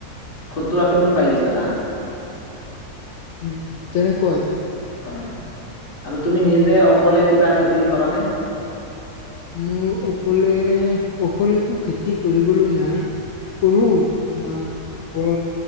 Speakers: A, on the left; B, on the left.
A: সত্তৰ আষী মোন পাই গৈছা ধান। <inaudible>
B: উম, তেনেকুৱাই।
A: অ', আৰু তুমি নিজে অকলে কিবা খেতি কৰা নে?
B: মোৰ অকলে অকলেতো খেতি কৰিবলৈ নাই কৰো। তোমাৰ